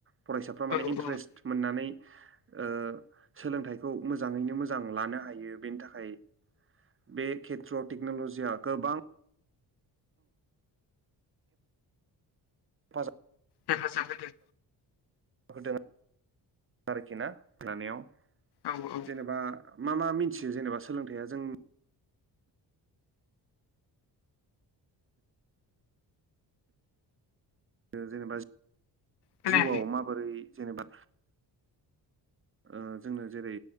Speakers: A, on the right (about 30°); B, on the left (about 70°).
A: फरायसाफ्रा माने
B: औ
A: इन्ट्रेस्ट
B: औ
A: मोननानै। ओ सोलोंथाइखौ मोजाङैनो मोजां लानो हायो बेनि थाखाय बेे खेद थ्र टिक्न'लजिया गोबां। फाजा
B: हेफाजाब होदो।
A: होदोन <inaudible> आरोखिना जानायाव।
B: औ औ
A: जेनेबा। मा मा मिन्थियो जेनेबा सोलोंथाइया जों ओ जेनेबा जि
B: खोनायाखै
A: जिउआव माबोरै। जेनेबा ओ जोंनो जेरै